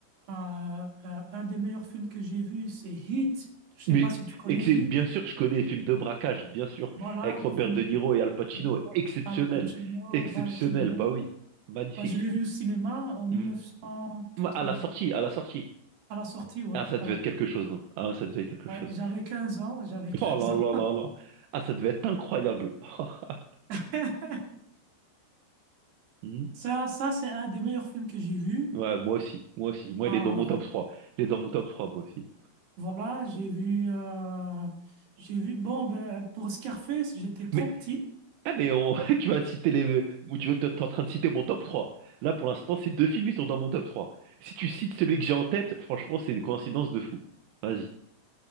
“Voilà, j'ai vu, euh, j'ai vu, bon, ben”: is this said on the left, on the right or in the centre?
Right